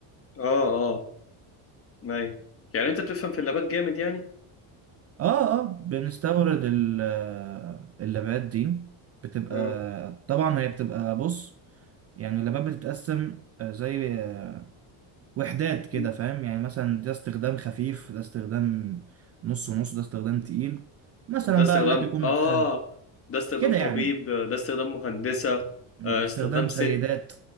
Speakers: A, on the left (about 30°); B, on the right (about 35°).
A: اه اه ايوه يعني انت بتفهم في اللابات جامد يعني
B: اه اه بنستورد ال- اللبات دي بتبقى
A: اه
B: طبعا هي بتبقى بص يعني اللبات بتتقسم آه، زي آه، وحدات كده
A: مم.
B: فاهم يعني مثلا ده استخدام خفيف ده استخدام نص نص ده استخدام تقيل مثلا
A: ده استخدام
B: بقى اللاب بيكون
A: اه
B: متخ
A: ده استخدام
B: كده
A: طبيب
B: يعني
A: ده استخدام مهندسة
B: م،
A: آه،
B: استخدام
A: استخدام ست
B: سيدات